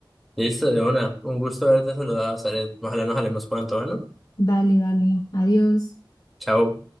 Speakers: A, in the centre; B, on the left.
A: Listo, de una. Un gusto haberte saludado, Zaret. Ojalá nos hablemos pronto, ¿no?
B: Dale, dale, adiós.
A: Chao.